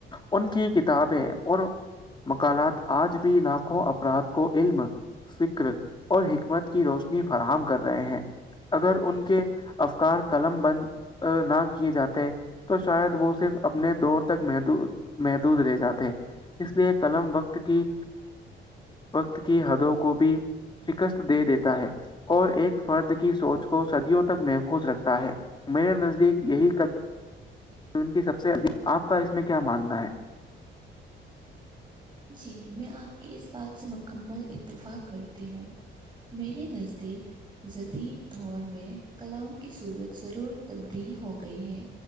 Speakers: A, on the left; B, on the right.
A: ان کی کتابیں اور <unintelligible> مکالات آج بھی لاکھوں افراد کو علم فکر اور حک حکت کی روشنی فراہم کر رہے ہیں اگر ان کے افکار قلم بند نہ کیے جاتے تو شاید وہ صرف اپنے دور تک محدود محدود رہ جاتے اس لیے قلم وقت کی وقت کی حدوں کو بھی شکست دے دیتا ہے اور ایک فرد کی سوچ کو صدیوں تک محفوظ رکھتا ہے میں نے نزدیک یہی ک فلم کی سب سےد <inaudible> آپ کا اس میں کیا ماننا ہے
B: جی میں آپ کی اس بات سے مکمل اتفاق کرتی ہوں میرے نزدیک جدید دور میں کلام کی صورت ضرور تبدیل ہو گئی ہے